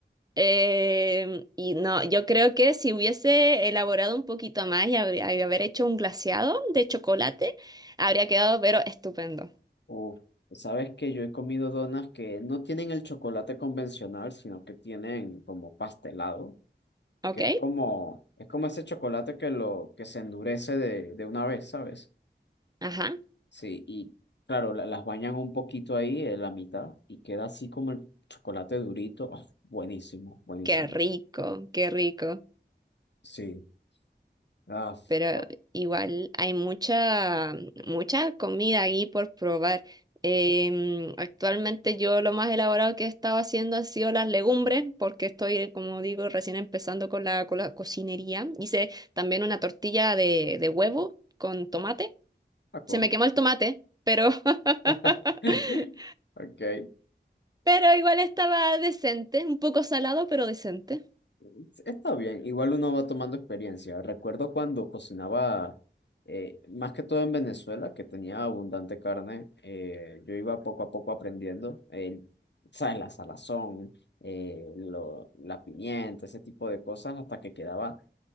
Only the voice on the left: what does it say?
Uf, sabes que yo he comido donas que no tienen el chocolate convencional, sino que tienen como pastelado,
que es como, es como ese chocolate que lo, que se endurece de, de una vez, ¿sabes?
Sí, y claro, la- las bañan un poquito ahí en la mitad y queda así como el chocolate durito. Ah, buenísimo, buenísimo.
Sí. Ah, f-
oh,
ah, cool.
<laughs> Ok.
Sí, Está bien, igual uno va tomando experiencia. Recuerdo cuando cocinaba, eh, más que todo en Venezuela, que tenía abundante carne, eh, yo iba poco a poco aprendiendo, el, ¿sabes? La salazón, eh, lo- la pimienta, ese tipo de cosas, hasta que quedaba